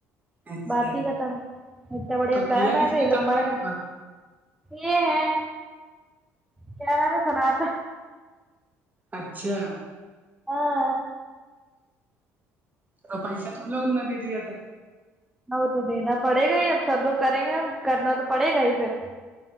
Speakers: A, on the right; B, in the centre.
A: اچھا
B: بعات بھی کا تھا بڑیا
A: تو
B: پلان
A: کیا
B: میں
A: کس
B: د
A: نے
B: لوگ
A: طاہرہ
B: مر
A: میں
B: گا
A: بند
B: یہ ہے کیا نام ہے سنا تھا
A: اچھا
B: ہاں
A: تو پیسہ تم لوگ نے بھی دیا تھا
B: اور تو دینا پڑے گا ہی اب سب لوگ کریں گے کرنا تو پڑے گا ہی پھر